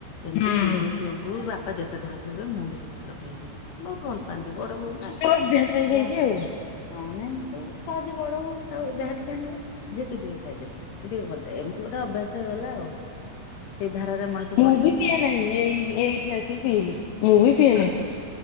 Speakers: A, on the left; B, on the left.
A: ଏମିତି
B: ହୁଁ।
A: ପିଉ ପିଉ ପିଉ ପିଉ ବାପା ଯେତେ ଥର ପିଅନ୍ତି ମୁଁ ବି ସେତେ ଥର ପିଇବି ବହୁତ ଭଲ ପାଆନ୍ତି ବଡ ବୋହୁ ନା।
B: ମୋର ଅଭ୍ୟାସ ହେଇଯାଇଛି
A: ଯାହା
B: ଆଉ।
A: ହଁ ନାଇଁ ସେ ସହଜେ ବଡ ବୋହୁ ଯାହା ଟିକେ ଆଣିବେ ଝିଅ ତୁ ଟିକେ ଖାଇଦେ। <unintelligible> ଏମିତି ଗୋଟେ ଅଭ୍ୟାସ ହେଇଗଲା ଆଉ ସେଇ ଧାରାରେ ମଣିଷ
B: ମୁଁ
A: ପଡିଗଲା
B: ବି ପିଏ
A: ଆଉ।
B: ନାହିଁ ଏଇ ଏଇଠି ଆସିି ପିଇଲି ମୁଁ ବି ପିଏ
A: ହଁ
B: ନାହିଁ।
A: ହଁ।